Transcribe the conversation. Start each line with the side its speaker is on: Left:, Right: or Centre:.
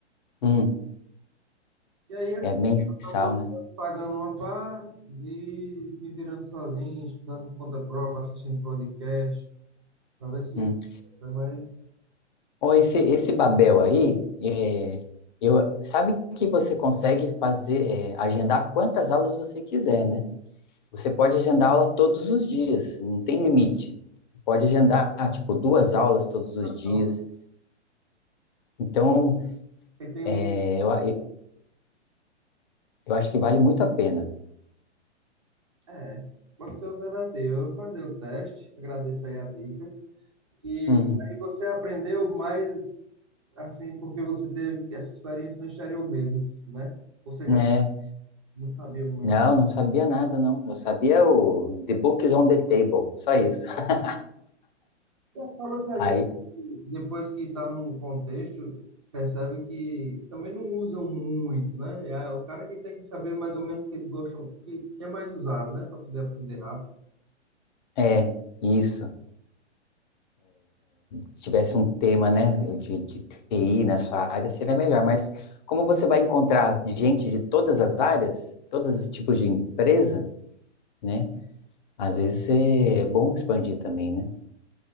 Left: Hum.
Right: E aí, assim,
Left: É mensal,
Right: eu tô me-
Left: né?
Right: pagando uma parte e me virando sozinho, estudando por conta própria, assistindo podcast, pra ver se...
Left: Hum.
Right: Mas
Left: Ó, esse, esse Babel aí, é, eu, sabe que você consegue fazer, é, agendar quantas aulas você quiser, né? Você pode agendar aula todos os dias, não tem limite. Pode agendar, tipo, duas aulas todos os dias.
Right: ó,
Left: Então,
Right: quem tem
Left: é,
Right: lim-
Left: eu, a- eu acho que vale muito a pena.
Right: É, pode ser alternativa. Eu vou fazer o teste, agradeço aí a dica. E
Left: Uhum.
Right: aí você aprendeu mais, assim, porque você teve essa experiência no exterior mesmo, né? Você
Left: É,
Right: já não sabia muito.
Left: não, não sabia nada, não. Eu sabia o The Books on the Table, só isso. <laughs>
Right: E acaba que a
Left: Aí,
Right: gente, depois que está num contexto, percebe que também não usam muito, né? É o cara que tem que saber mais ou menos o que eles gostam, o que, que é mais usado, né? Para poder aprender rápido.
Left: é, isso. se tivesse um tema, né, de, de TI na sua área, seria melhor. Mas como você vai encontrar gente de todas as áreas, todos os tipos de empresa, né? Às vezes é é bom expandir também, né?